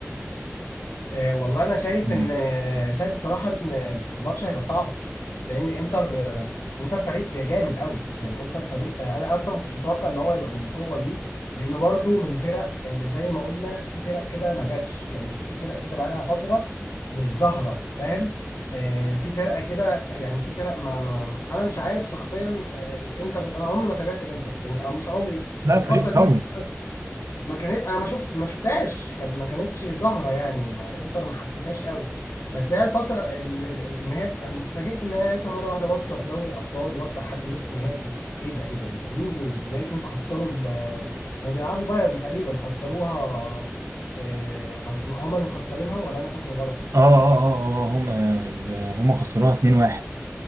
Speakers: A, on the left; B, on the right.
A: آه، والله انا شايف
B: مم.
A: ان آه، شايف بصراحه ان آه، الماتش هيبقى صعب لان انتر آه، انتر فريق جامد قوي يعني انتر فريق آه، انا اصلا ما كنتش متوقع ان هو يبقى بالقوه دي لانه برضو من الفرق اللي زي ما قلنا في فرق كده ما جاتش يعني في فرق كده بقى لها فتره مش ظاهره فاهم آه، في فرقه كده يعني في فرق ما, ما انا مش عارف شخصيا آه، انتر انا عمري ما تابعت انتر يعني او مش عمري
B: لا
A: بس الفتره
B: فريق
A: دي
B: قوي
A: ما كانت انا ما شفت ما شفتهاش كانت ما كانتش ظاهره يعني ما انتر ما حسيتهاش قوي بس هي الفتره ال- ال- ان هي انا اتفاجئت ان هي لقيتها مره واحده واصله في دوري الابطال واصله لحد نص نهائي ايه ده ايه ده ايه ده مين دول ولقيتهم خسروا ال- كانوا بيلعبوا بايرن تقريبا خسروها آه، خس... هما اللي مخسرينها ولا انا فاكر غلط
B: اه اه اه اه اه، اه، هم ال- هم خسروها 2-1